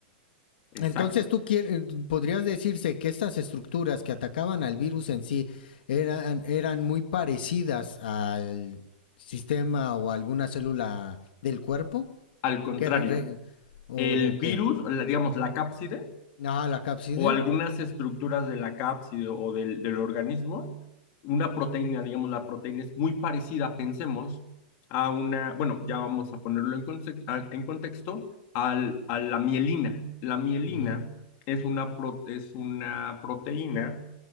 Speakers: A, on the left; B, on the left.
A: Exacto.
B: Entonces, tú quieres, podrías decirse que estas estructuras que atacaban al virus en sí eran, eran muy parecidas al sistema o alguna célula del cuerpo
A: Al contrario,
B: que re- re- o,
A: el
B: o qué?
A: virus, digamos, la cápside,
B: Ah, la cápside.
A: o algunas estructuras de la cápside o del, del organismo, una proteína, digamos, la proteína es muy parecida, pensemos, a una, bueno, ya vamos a ponerlo en, conte a, en contexto, al, a la mielina. La mielina
B: Ujú.
A: es una, pro es una proteína